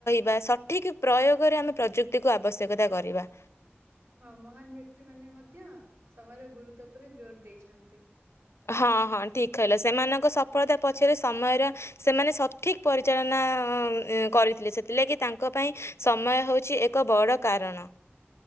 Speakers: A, on the left; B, on the right.
A: ବା ସଠିକ୍ ପ୍ରୟୋଗରେ ଆମେ ପ୍ରଯୁକ୍ତିକୁ ଆବଶ୍ୟକତା କରିବା।
B: ହଁ, ମହାନ ବ୍ୟକ୍ତି ମାନେ ମଧ୍ୟ, ସମୟର ଗୁରୁତ୍ୱ ଉପରେ ଜୋର୍ ଦେଇଛନ୍ତି।
A: ହଁ, ହଁ, ଠିକ୍ କହିଲ। ସେମାନଙ୍କ ସଫଳତା ପଛରେ ସମୟର ସେମାନେ ସଠିକ୍ ପରିଚାଳନା ଅଁ କରିଥିଲେ। ସେଥିଲାଗି ତାଙ୍କ ପାଇଁ ସମୟ ହେଉଛି, ଏକ ବଡ଼ କାରଣ।